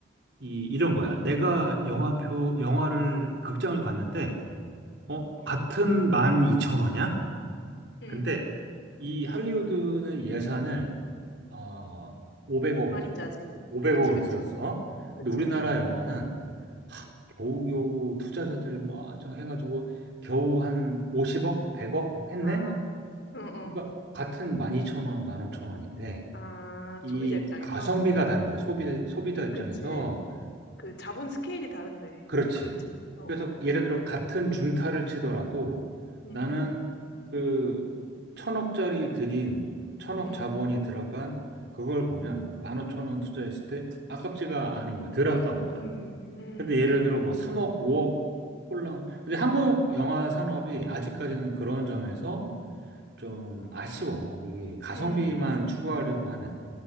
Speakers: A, on the right; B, on the left.
A: 이, 이런 거야. 내가 영화표, 영화를, 극장을 갔는데, 어, 같은
B: 응,
A: 12,000원이야?
B: 응.
A: 근데 이 할리우드는 예산을, 어, 500억을
B: 많이
A: 들어.
B: 짜지.
A: 500억을
B: 그치, 그치,
A: 들였어.
B: 그치,
A: 근데 우리나라
B: 어.
A: 영화는 하, 겨우겨우 투자자들 뭐, 저 해가지고 겨우 한 50억? 100억 했네?
B: 아, 응, 응.
A: 그러니까 같은 12,000원, 15,000원인데,
B: 아,
A: 이
B: 소비자 입장에서?
A: 가성비가
B: 음,
A: 다른 거야. 소비, 소비자 입장에서.
B: 그치. 그 자본 스케일이 다른데.
A: 그렇지.
B: 그, 그렇지, 어, 어.
A: 그래서 예를 들어 같은 중타를 치더라도
B: 음,
A: 나는 그 천억짜리 들인 천억
B: 음,
A: 자본이 들어간 그걸 보면 만 오천 원 투자했을 때 아깝지가 않은 거야. 덜 아까운 거야.
B: 음,
A: 근데
B: 음,
A: 예를 들어 뭐 3억, 5억 꼴랑. 근데 한국 영화 산업이 아직까지는 그런 점에서 좀 아쉬워. 이게 가성비만
B: 음.
A: 추구하려고 하는.